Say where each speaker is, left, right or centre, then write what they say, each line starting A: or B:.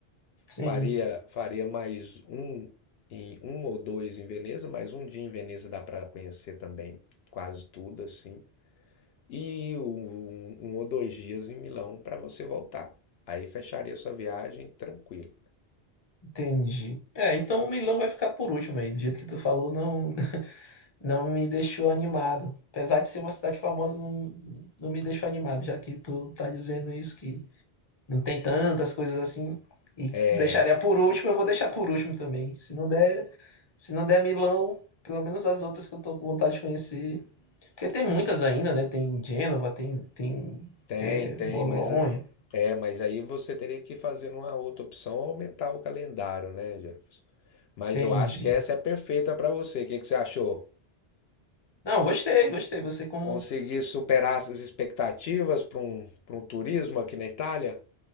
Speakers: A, on the left (about 30°); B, on the left (about 70°).
A: Sim,
B: Faria, faria mais um em um ou dois em Veneza, mais um dia em Veneza dá para conhecer também quase tudo assim. E um, um ou dois dias em Milão para você voltar. Aí fecharia sua viagem tranquilo.
A: entendi. É, então o Milão vai ficar por último aí. Do jeito que tu falou, não, Não me deixou animado. Apesar de ser uma cidade famosa, não, não me deixou animado, já que tu tá dizendo isso, que não tem tantas coisas assim. E que
B: É,
A: tu deixaria por último, eu vou deixar por último também. Se não der, se não der Milão, pelo menos as outras que eu tô com vontade de conhecer. Porque tem muitas ainda, né? Tem Gênova, tem, tem
B: Tem,
A: é,
B: tem,
A: Bolonha,
B: mas eh, é, mas aí você teria que fazer uma outra opção, aumentar o calendário, né, Jefferson? Mas
A: tem.
B: eu acho
A: Ge-
B: que essa é perfeita para você. O que que você achou?
A: Não, gostei, gostei. Você, como
B: Conseguir superar as expectativas para um, para um turismo aqui na Itália?